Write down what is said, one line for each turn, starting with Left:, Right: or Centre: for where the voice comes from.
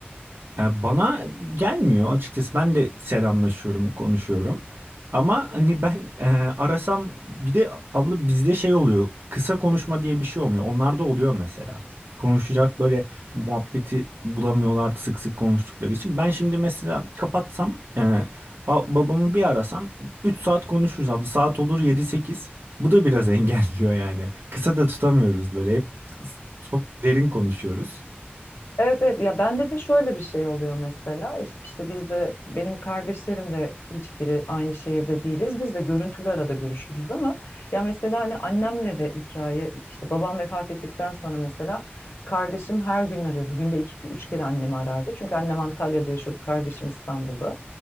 Right: e, Bana gelmiyor açıkçası. Ben de selamlaşıyorum, konuşuyorum. Ama hani ben e, arasam bir de abla bizde şey oluyor. Kısa konuşma diye bir şey olmuyor. Onlarda oluyor mesela. Konuşacak böyle muhabbeti bulamıyorlar sık sık konuştukları için. Ben şimdi mesela kapatsam e, a- babamı bir arasam 3 saat konuşuruz abla. Saat olur yedi sekiz Bu da biraz <laughs> engelliyor yani. Kısa da tutamıyoruz böyle. Hep çok derin konuşuyoruz.
Left: Evet evet ya bende de şöyle bir şey oluyor mesela İş- işte biz de benim kardeşlerim de hiçbiri aynı şehirde değiliz biz de görüntülü arada görüşürüz ama ya mesela hani annemle de hikaye işte babam vefat ettikten sonra mesela kardeşim her gün arıyordu günde iki üç kere annemi arardı çünkü annem Antalya'da yaşıyordu kardeşim İstanbul'da